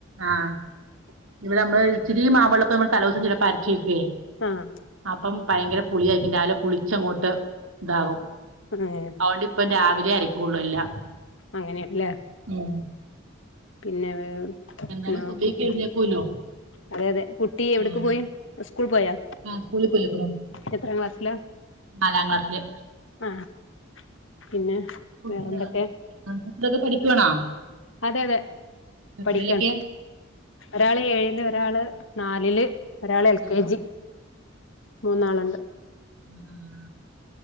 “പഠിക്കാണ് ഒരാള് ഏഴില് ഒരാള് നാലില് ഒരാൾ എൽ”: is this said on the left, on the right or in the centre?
Left